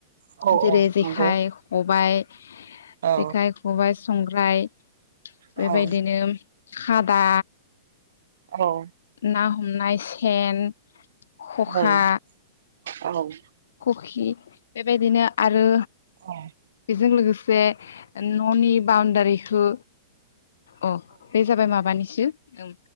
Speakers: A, on the right; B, on the left.
A: औ
B: जेरै
A: औ
B: जेखाइ
A: नंगौ
B: खबाइ
A: औ
B: जेखाइ खबाइ संग्राय बेबायदिनो
A: औ
B: खादा
A: औ
B: ना हमनाय सेन खखा
A: औ- औ
B: <unintelligible> बेबायदिनो आरो
A: अ
B: जों लोगो बे न'नि बाउणडारिखो अ बे जाबाय माबानिसो ओम